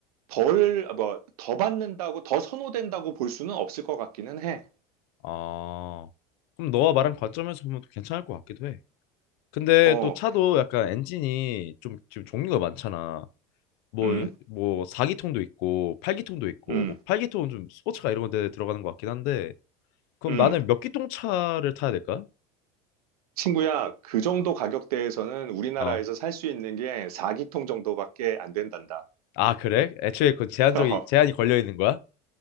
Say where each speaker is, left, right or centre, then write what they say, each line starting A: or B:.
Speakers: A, on the right (about 80°); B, on the left (about 60°).
A: 덜, 뭐, 더 받는다고, 더 선호된다고 볼 수는 없을 것 같기는 해.
B: 아. 그럼 너와 말한 관점에서 보면 또 괜찮을 것 같기도 해. 근데
A: 어,
B: 또 차도 약간 엔진이 좀 지금 종류가 많잖아. 뭐
A: 음,
B: 뭐 4기통도 있고 8기통도 있고
A: 음,
B: 뭐 8기통은 좀 스포츠카 이런 데 들어가는 것 같긴 한데 그럼
A: 음.
B: 나는 몇 기통 차를 타야 될까?
A: 친구야, 그 정도 가격대에서는 우리나라에서
B: 어.
A: 살 수 있는 게 4기통 정도밖에 안 된단다.
B: 아, 그래? 애초에 그 제한적이
A: <laughs>
B: 제한이 걸려 있는 거야?